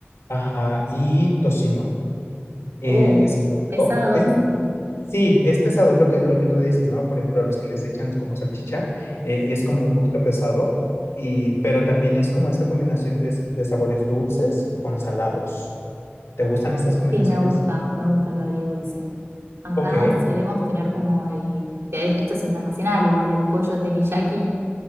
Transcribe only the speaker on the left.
ajá, y tocino. Eh,
¿sabes?
Sí, es pesado, es lo que, lo que tú dices, ¿no? Por ejemplo, a los que les echan como salchicha, eh, es como un poquito pesado, y, pero también es como esa combinación de, s- de sabores dulces con salados. ¿Te gustan estas combinaciones?
Ok.